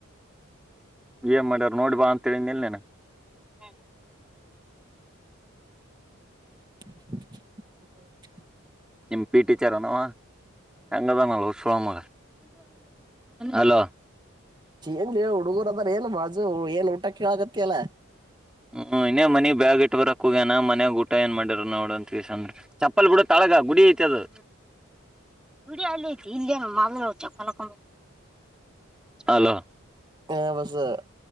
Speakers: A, in the centre; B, on the right.
A: ಏನ್ ಮಡರ್ ಬಾ ಅಂತ ಹೇಳಿ ನೀಲ್ ನೀನು ಹ
B: ಹ
A: ನಿಮ್ ಪಿಟಿ ಟಿಚರ್ ಅವಾ ಹೆಂಗದಾನಲ್ ಹೂ ಮಗ ಹಲೋ
B: ಎನ್ಲೆ ಹುಡುಗುರ ಅದರಾ ಏನ್ ಮಾಜು ಏನ್ ಊಟ ಕೇಳಗತ್ತ ಅಲ್ಲ
A: ಹ್ಮ್ ಇನ್ನೇ ಮನಿಗ್ ಬ್ಯಾಗ್ ಇಟ್ಟ ಬರಕ್ ಹಗ್ಯನ ಮನ್ಯ ಊಟ ಏನ್ ಮಾಡಿರ ನೋಡಂತ ತಿಸನ್ ಚಪ್ಪಲ್ ಬಿಡ ಕೆಳಗ ಗುಡಿ ಇತದು ಗುಡಿ ಯಲ್ಲಿ ಐತಿ ಇಲ್ಲೇ ನ ಮದ ಅಲೋ ಹಲೋ
B: ಹೇ ಬಸು